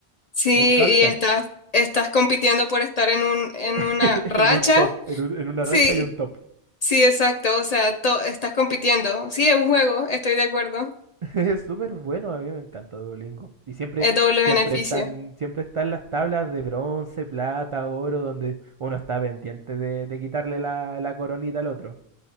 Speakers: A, on the left; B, on the right.
A: Sí,
B: Me encanta.
A: y estás, estás compitiendo por estar en un, en
B: <laughs>
A: una racha.
B: en un top, en, un- en una
A: Sí,
B: racha y un top.
A: sí, exacto. O sea, to- estás compitiendo. Sí, es un juego, estoy de acuerdo.
B: <laughs> Es súper bueno, a mí me encanta Duolingo. Y siempre,
A: Es doble
B: siempre
A: beneficio.
B: están, siempre están las tablas de bronce, plata, oro, donde uno está pendiente de, de quitarle la, la coronita al otro.